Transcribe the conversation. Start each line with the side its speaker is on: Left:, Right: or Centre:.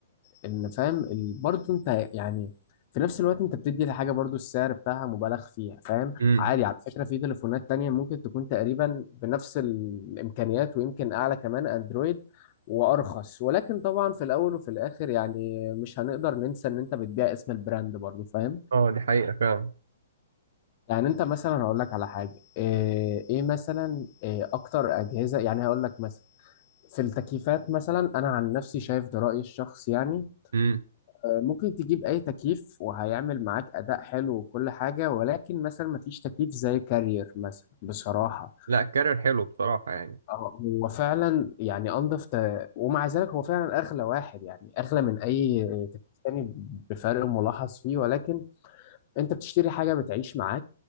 Left: ان فاهم ال- برضه انت يعني في نفس الوقت انت بتدي لحاجة برضه السعر بتاعها مبالغ فيها فاهم
Right: امم
Left: عادي على فكرة في تليفونات تانية ممكن تكون تقريبا بنفس الامكانيات ويمكن اعلى كمان اندرويد وارخص ولكن طبعا في الاول وفي الاخر يعني مش هنقدر ننسى ان انت بتبيع اسم البراند برضو فاهم
Right: اه دي حقيقه فعلا
Left: يعني انت مثلا هقول لك على حاجه ايه, إيه مثلا إيه اكتر اجهزه يعني هقول لك مثلا في التكييفات مثلا انا عن نفسي شايف ده رايي الشخصي يعني
Right: امم
Left: آه، ممكن تجيب اي تكييف وهيعمل معاك اداء حلو وكل حاجه ولكن مثلا مفيش تكييف زي كارير مثلا بصراحه
Right: لا الكارير حلو بصراحه يعني
Left: اه هو فعلا يعني انضف ت... ومع ذلك هو فعلا اغلى واحد يعني اغلى من اي تكييف تاني بفرق ملاحظ فيه ولكن انت بتشتري حاجه بتعيش معاك